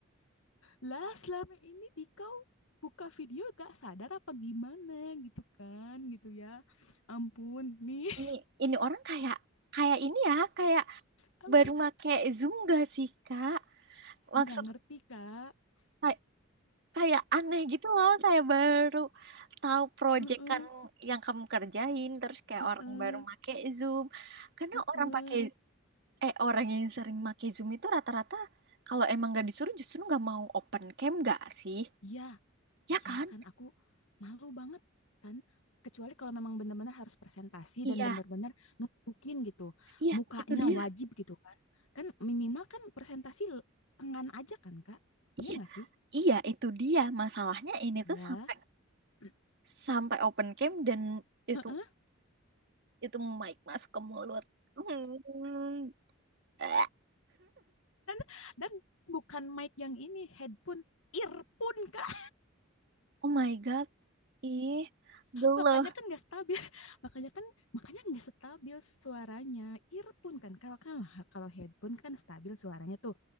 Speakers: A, on the left; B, on the right.
A: Lah selama ini Dikau buka video gak sadar apa gimana gitu kan, gitu ya. Ampun, nih,
B: Ini, ini orang kayak, kayak ini ya, kayak
A: apa,
B: baru make Zoom gak sih, Kak?
A: <laughs>
B: Maksud
A: nggak ngerti kak.
B: kay- kayak aneh gitu loh, kayak baru tahu project
A: Heeh,
B: kan yang kamu kerjain terus kayak
A: heeh,
B: orang baru make Zoom. Karena
A: heeh.
B: orang pakai eh orang yang sering make Zoom itu rata-rata kalau emang gak disuruh justru nggak mau open cam nggak sih?
A: Iya,
B: Ya
A: iya
B: kan?
A: kan aku malu banget kan. Kecuali kalau memang benar-benar harus presentasi
B: Iya,
A: dan benar-benar nunjukin gitu.
B: iya,
A: Mukanya
B: itu dia.
A: wajib gitu kan. Kan minimal kan presentasi tangan aja kan kak. Iya
B: Iya,
A: nggak sih?
B: iya, itu dia. Masalahnya ini
A: Ya.
B: tuh sampai
A: <clears throat>
B: sampai open cam dan itu
A: Heeh.
B: itu mic masuk ke mulut. Hmm. Eh,
A: Dan dan bukan mic yang ini, headphone, earphone, Kak.
B: Oh my God. Ih, geluh.
A: makanya kan nggak stabil <laughs> makanya kan makanya nggak stabil suaranya earphone kan kalau kan kalau headphone kan stabil suaranya tuh